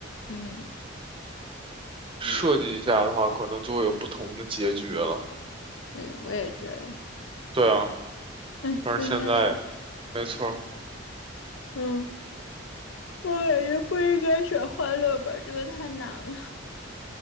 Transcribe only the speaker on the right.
设计一下的话，
可能就会有不同的结局了，
对啊。
但是现在
没错儿，